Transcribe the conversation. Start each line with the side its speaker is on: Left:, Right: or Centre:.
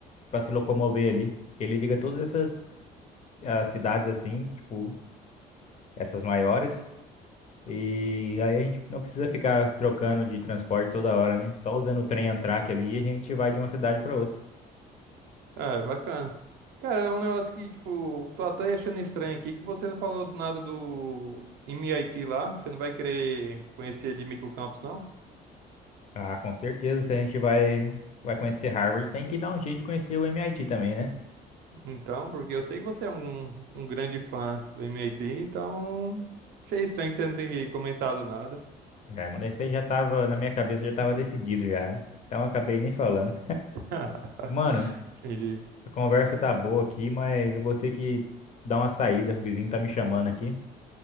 Left: para se locomover ali. Ele liga todas essas ah, cidades assim, tipo, essas maiores. E aí a gente não precisa ficar trocando de transporte toda hora, né? Só usando o trem Amtrak ali, a gente vai de uma cidade para outra.
Right: Cara, bacana. Cara, é um negócio que, tipo, eu tô até achando estranho aqui que você não falou nada do MIT lá. Você não vai querer conhecer ele microcampus, não?
Left: Ah, com certeza, se a gente vai vai conhecer Harvard, tem que dar um jeito de conhecer o MIT também, né?
Right: Então, porque eu sei que você é um, um grande fã do MIT, então achei estranho que você não tenha comentado nada.
Left: Remanescente já tava, na minha cabeça já tava decidido já, né? Então eu acabei nem falando.
Right: <laughs>
Left: Mano,
Right: Entendi.
Left: a conversa tá boa aqui, mas eu vou ter que dar uma saída, o vizinho tá me chamando aqui.